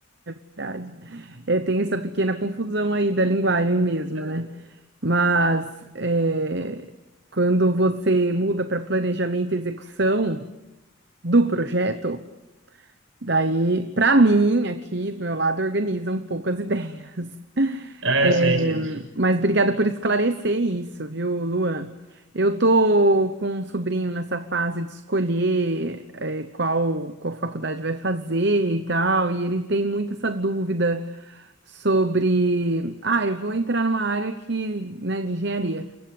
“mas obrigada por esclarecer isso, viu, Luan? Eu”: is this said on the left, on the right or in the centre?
Right